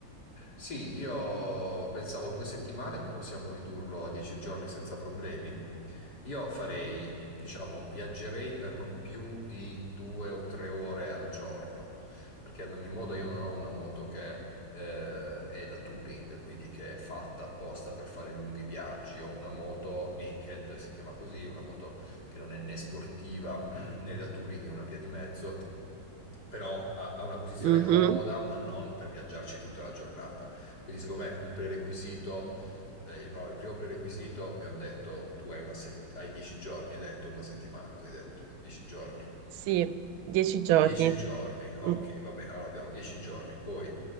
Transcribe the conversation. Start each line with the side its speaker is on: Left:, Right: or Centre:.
Left: Sì, io pensavo due settimane, ma possiamo ridurlo a dieci giorni senza problemi. Io farei, diciamo, viaggerei per non più di due o tre ore al giorno, perché ad ogni modo io non ho una moto che eh, è da touring, quindi che è fatta apposta per fare lunghi viaggi. Ho una moto naked, si chiama così, una moto che non è né sportiva <clears throat> né da touring, è una via di mezzo. Però ha ha una posizione
Right: Mhm.
Left: comoda, ma non per viaggiarci tutta la giornata. Quindi secondo me un prerequisito, eh, il, no, il primo prerequisito, abbiamo detto, tu hai, una set- hai 10 giorni, hai detto una settimana, cosa hai detto? 10 giorni?
Right: Sì, 10 giorni.
Left: 10 giorni, ok,
Right: Mm.
Left: va bene, allora abbiamo 10 giorni, poi